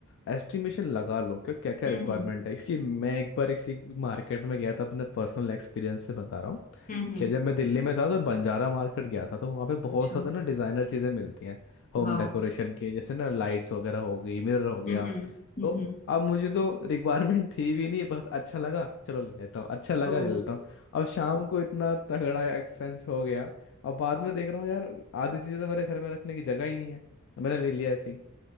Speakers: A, on the left; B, on the left.
A: एस्टिमेशन लगा लो कि क्या क्या
B: हम्म
A: रिक्वायरमेंट
B: हम्म
A: है क्योंकि मैं एक बार इसी मार्केट में गया था अपने पर्सनल एक्सपीरियंस से बता रहा हूँ
B: हम्म हम्म,
A: कि जब मैं दिल्ली में था तो बंजारा मार्केट गया था तो वहाँ पे बहुत
B: अच्छा
A: ज़्यादा ना डिज़ाइनर चीज़ें मिलती हैं होम
B: वाह
A: डेकोरेशन के जैसे ना लाइट्स वगैरह हो गई मिरर हो गया
B: हम्म हम्म हम्म
A: तो
B: हम्म।
A: अब मुझे तो रिक्वायरमेंट थी भी नहीं बस अच्छा लगा चलो ले लेता हूँ अच्छा लगा
B: ओ
A: ले लेता हूँ अब शाम को इतना तगड़ा एक्सपेंस हो गया अब बाद में देख रहा हूँ यार आधी चीजें तो मेरे घर में रखने की जगह ही नहीं है तो मैंने ले लिया ऐसे ही